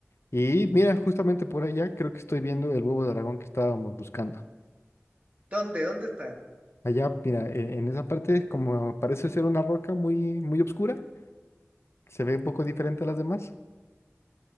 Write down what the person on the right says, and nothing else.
¿Dónde? ¿Dónde está?